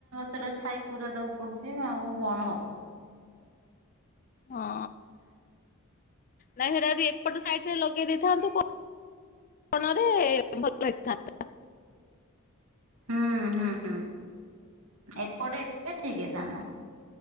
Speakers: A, on the right; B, on the left.
A: ସେଟା ଛାଇ ପୁରା ତାକୁ ପଡୁଛି ଆଉ କଣ ହବ।
B: ହଁ ନାଇ ହେରାଦି ଏପଟ ସାଇଟରେ ଲଗେଇ ଦେଇଥାନ୍ତୁ କଣ କଣରେ ଭଲ ଲଗିଥାନ୍ତା।
A: ହୁଁ ହୁଁ ଏପଟେ ହେଇଥିଲେ ଠିକ୍ ହେଇଥାନ୍ତା।